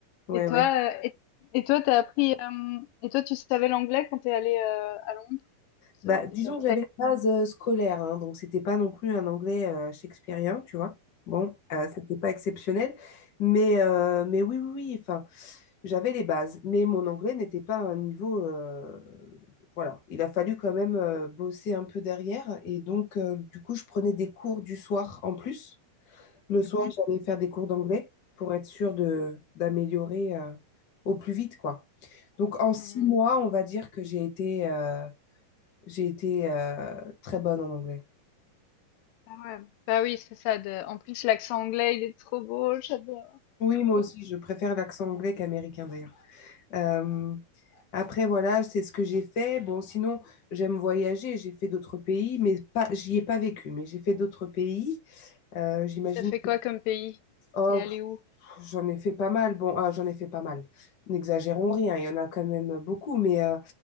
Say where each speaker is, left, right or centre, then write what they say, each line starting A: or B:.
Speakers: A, on the left; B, on the left.
A: ouais,
B: Et toi,
A: ouais.
B: euh, et, et toi, t'as appris, euh, et toi, tu savais l'anglais quand t'es allé euh, à Londres? Tu savais
A: Bah,
B: déjà,
A: disons que j'avais les bases euh, scolaires, hein, donc c'était pas non plus un anglais euh, shakespearien, tu vois. Bon, euh, c'était pas exceptionnel, mais, euh, mais oui, oui, oui. Enfin, J'avais les bases, mais mon anglais n'était pas à un niveau. euh, voilà, il a fallu quand même euh, bosser un peu derrière. Et donc, euh, du coup, je prenais des cours du soir en plus. Le
B: Mhm,
A: soir, j'allais faire des cours d'anglais pour être sûre de, d'améliorer euh, au plus vite, quoi. Donc, en six
B: mhm.
A: mois, on va dire que j'ai été, euh, j'ai été euh, très bonne en anglais.
B: Ah ouais. Bah oui, c'est ça. De... En plus, l'accent anglais, il est trop beau, j'adore.
A: Oui, moi aussi, je préfère l'accent anglais qu'américain d'ailleurs. Euh, Après, voilà, c'est ce que j'ai fait. Bon, sinon, j'aime voyager. J'ai fait d'autres pays, mais pas, j'y ai pas vécu. Mais j'ai fait d'autres pays. Euh, j'imagine.
B: T'as fait
A: que-
B: quoi comme pays?
A: Oh,
B: T'es allé où?
A: j'en ai fait pas mal. Bon, ah, j'en ai fait pas mal. N'exagérons rien. Il y en a quand même beaucoup. Mais euh,